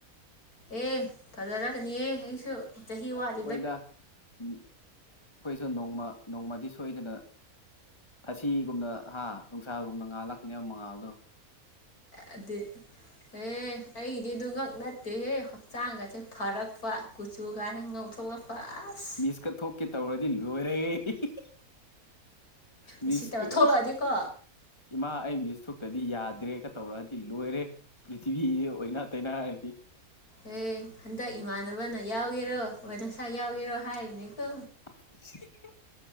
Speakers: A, on the left; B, on the left.
A: ꯑꯦ ꯐꯖꯔꯛꯀꯅꯤꯍꯦ ꯑꯩꯁꯨ꯫ ꯆꯍꯤ ꯋꯥꯠ꯫
B: ꯍꯣꯏꯗ ꯎ ꯑꯩꯈꯣꯏꯁꯨ ꯅꯣꯡꯃ ꯅꯣꯡꯃꯗꯤ ꯁꯣꯏꯗꯅ꯫ ꯊꯥꯁꯤꯒꯨꯝꯅ ꯍꯥ ꯅꯨꯡꯁꯥꯒꯨꯝꯅ ꯉꯥꯜꯂꯥꯛꯀꯅꯤꯕ ꯃꯉꯥꯜꯗꯣ꯫
A: ꯑꯗꯨ ꯑꯦ ꯑꯩꯒꯤꯗꯤꯗꯨ ꯉꯛ ꯅꯠꯇꯦꯍꯦ꯫ ꯍꯛꯆꯥꯡꯒꯁꯦ ꯐꯔꯛꯄ ꯀꯨꯆꯨꯒꯥꯁꯦ ꯉꯧꯊꯣꯛ ꯑꯛꯄ ꯑꯁ꯫
B: ꯄꯤꯁꯀ ꯊꯣꯛꯀꯦ ꯇꯧꯔꯗꯤ ꯂꯣꯏꯔꯒꯦ꯫ <unintelligible> ꯃꯤꯁꯀ
A: ꯎꯁꯤꯠꯇꯕ ꯊꯣꯛꯂꯛꯑꯗꯤꯀꯣ
B: ꯑꯁ꯫ ꯏꯃꯥ ꯑꯩ ꯃꯤꯁ ꯊꯣꯛꯇ꯭ꯔꯗꯤ ꯌꯥꯗ꯭ꯔꯦꯒ ꯇꯧꯔꯛꯑꯗꯤ ꯂꯣꯏꯔꯦ꯫ ꯄ꯭ꯔꯤꯊꯤꯕꯤ ꯑꯣꯏꯅꯥ ꯇꯩꯅꯔꯅꯤ ꯫
A: ꯑꯦ ꯍꯟꯗꯛ ꯏꯃꯥꯟꯅꯕꯅ ꯌꯥꯎꯒꯦꯔꯣ <unintelligible> ꯅꯁꯥꯏ ꯌꯥꯎꯒꯦꯔꯣ ꯍꯥꯏꯔꯤꯅꯦꯀꯣ꯫
B: <unintelligible>